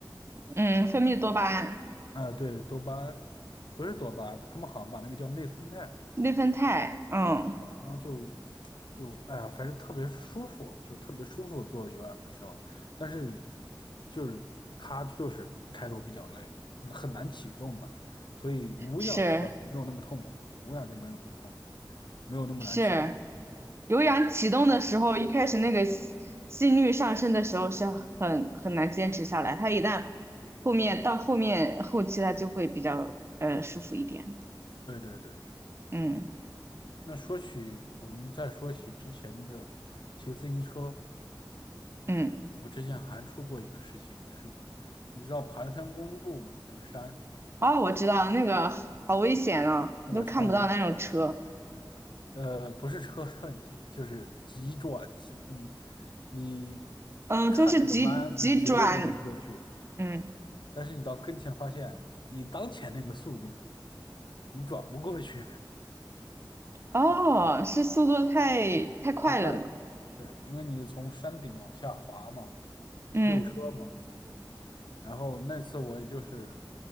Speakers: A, on the right; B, on the left.
A: 嗯，分泌多巴胺、
B: 啊、对，多巴胺，不是多巴胺，他们好像把那个叫内啡肽，
A: 内啡肽，嗯，
B: 嗯，嗯然后就就哎呀，反正特别舒服，就特别舒服做有氧的时候，但是就是它就是开头比较累，很难启动吧，所以无氧的话就没有那么痛苦了，
A: 是
B: 无氧就没有那么痛苦，没有那么难启动。
A: 是，有氧启动的时候，一开始那个心心率上升的时候是很很难坚持下来，它一旦后面到后面后期它就会比较呃舒服一点，
B: 对对对，
A: 嗯
B: 那说起我们再说起之前的骑自行车，
A: 嗯，
B: 我之前还出过一个事情事故，你知道盘山公路嘛？那个山，
A: 哦，我知道那个好危险啊，
B: 那个超级危险。
A: 你都看不到那种车，
B: 呃，不是车的问题，就是急转，你你
A: 嗯，
B: 看那个弯，
A: 就是急急转，
B: 你觉得你能过去，
A: 嗯。
B: 但是你到跟前发现，以当前那个速度，你转不过去，
A: 哦，是速度太太快了嘛？
B: <laughs> 太快了。对，因为你是从山顶往下滑嘛，
A: 嗯
B: 溜车嘛，然后那次我也就是，